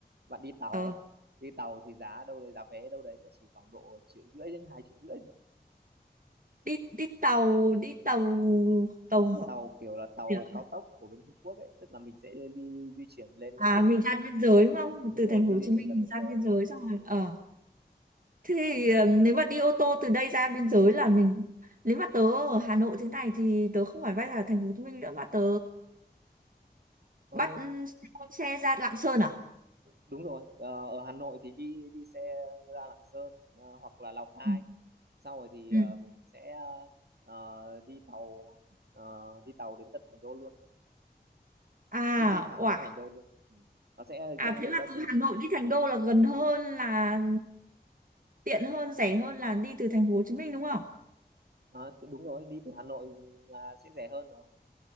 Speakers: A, on the right; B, on the right.
A: bạn đi tàu
B: ờ,
A: ấy đi tàu thì giá đâu đấy giá vé đâu đấy nó chỉ khoảng độ triệu rưỡi đến hai triệu rưỡi
B: đi đi tàu đi tàu tàu hỏa
A: tàu kiểu là tàu
B: được.
A: cao tốc của bên Trung Quốc ấy tức là mình sẽ đi di chuyển lên
B: à
A: ờ,
B: mình ra biên giới đúng không
A: đúng
B: từ
A: rồi
B: thành phố
A: đi
B: Hồ
A: di
B: Chí Minh
A: chuyển ra
B: mình
A: biên
B: ra
A: giới
B: biên giới xong rồi
A: đúng
B: ờ
A: rồi
B: thế thì ờ, nếu mà đi ô tô từ đây ra biên giới là mình nếu mà tớ ở Hà Nội thế này thì tớ không phải bay vào thành phố Hồ Chí Minh nữa mà tớ
A: Ờ,
B: bắt ừ, xe ra Lạng Sơn à
A: đúng rồi Ờ, ở Hà Nội thì đi đi xe ra Lạng Sơn ờ, hoặc là Lào Cai
B: ừ.
A: sau rồi thì
B: ừ.
A: ờ, mình sẽ ờ, đi tàu ờ, đi tàu đến tận Thành Đô luôn
B: à
A: cũng đi thẳng
B: ủa,
A: đến Thành Đô luôn ừ. nó sẽ
B: À
A: trong
B: thế
A: cái
B: là
A: quá
B: từ
A: trình đi
B: Hà Nội đi Thành Đô là gần hơn là tiện hơn, rẻ hơn là đi từ thành phố Hồ Chí Minh đúng không?
A: à, đúng rồi đi từ Hà Nội là sẽ rẻ hơn rồi